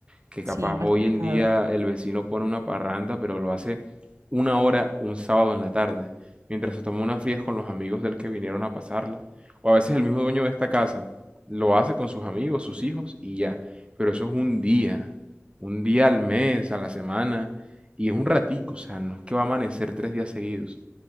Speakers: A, on the right; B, on the right.
A: que
B: Sí,
A: capaz
B: me
A: hoy
B: has contado.
A: en día el vecino pone una parranda, pero lo hace una hora un sábado en la tarde, mientras se toma unas frías con los amigos del que vinieron a pasarla, o a veces el mismo dueño de esta casa lo hace con sus amigos, sus hijos y ya, pero eso es un día, un día al mes, a la semana, y es un ratico, o sea, no es que va a amanecer tres días seguidos,